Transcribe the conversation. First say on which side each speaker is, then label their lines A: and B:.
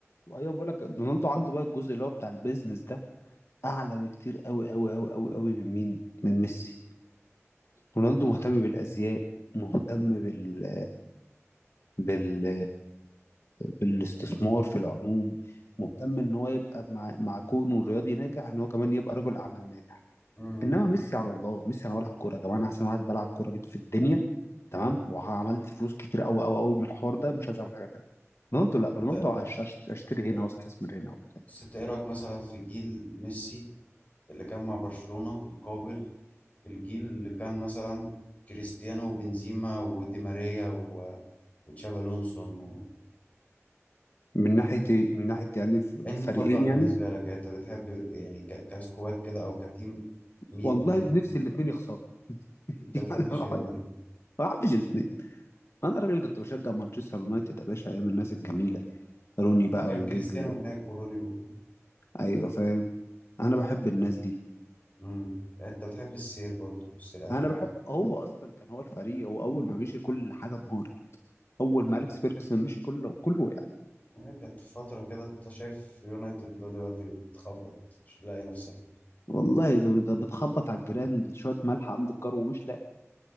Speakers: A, on the left (about 60°); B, on the left (about 30°).
A: ايوه بقول لك رونالدو عنده بقى الجزء اللي هو بتاع البيزنس ده اعلى بكتير قوي قوي قوي قوي قوي من مين من ميسي رونالدو مهتم بالازياء مهتم بال بال بالاستثمار في العموم مهتم ان هو يبقى مع مع كونه الرياضي ناجح ان هو كمان يبقى رجل اعمال ناجح
B: امم
A: انما ميسي على الله ميسي انا بلعب كوره يا جماعه انا احسن واحد بلعب كوره جيت في الدنيا تمام وعملت فلوس كتير قوي قوي قوي من الحوار ده مش عايز اعمل حاجه تانيه رونالدو لا
B: انت
A: رونالدو هش- هش- هشتري
B: انت
A: هنا واستثمر هنا وبتاع
B: بس انت ايه رايك مثلا في جيل ميسي اللي كان مع برشلونة مقابل الجيل اللي كان مثلا كريستيانو وبنزيما ودي ماريا و- وتشابي الونسو و...
A: من ناحيه إيه؟ من ناحيه يعني ف- الفريقين
B: ايه المفضل بالنسبة
A: يعني
B: لك يعني انت بتحب يعني ك... كسكواد كده او كتيم مين
A: والله
B: مين؟
A: نفسي الاثنين يخسروا <laughs>
B: انت
A: يعني
B: بتحبش الاثنين
A: ما بحبش الاثنين انا راجل كنت بشجع مانشستر يونايتد يا باشا ايام الناس الجميله روني بقى
B: اما كان
A: وجيجز
B: كريستيانو هناك ورودي و...
A: ايوه فاهم انا بحب الناس دي
B: مم. يعني انت بتحب السير برضه السير قالت
A: انا بحب <laughs> هو اصلا كان هو الفريق هو اول ما مشي كل حاجه انهارت اول
B: تفهم.
A: ما اليكس فيرجسون مشي كله كله وقع
B: هي كانت فترة كده انت شايف يونايتد دلوقتي بتخبط مش لاقية نفسها
A: والله ده, ده بتخبط على الجيران شويه ملح عند الجار ومش لاقي